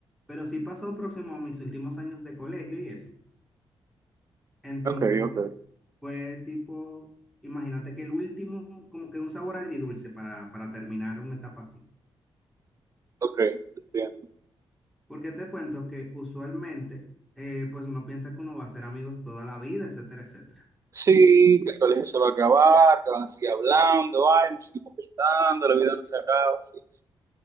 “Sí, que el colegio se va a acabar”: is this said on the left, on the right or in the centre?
Right